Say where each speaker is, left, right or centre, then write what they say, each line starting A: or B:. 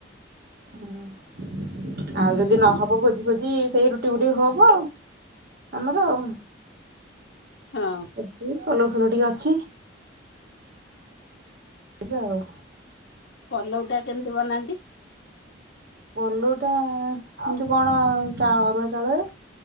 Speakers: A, on the right (about 55°); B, on the left (about 70°).
A: ହୁଁ। ଆଉ
B: ହୁଁ
A: ଯଦି ନହବ
B: ହୁଁ
A: ଭୋଜି ଫୋଜି ସେଇ ରୁଟି ଫୁଟି ହବ ଆଉ ଆମର ଆଉ।
B: ହଁ
A: ଆ ଉ ଅଲଗ୍ ଘରଟିିଏ ଅଛି। ଏବେ ଆଉ।
B: ପଲଉ ଟା କେମିତି ବନାନ୍ତି?
A: ପଲଉଟା ଏମିତି କଣ ଚା ଅରୁଆ ଚାଉଳରେ।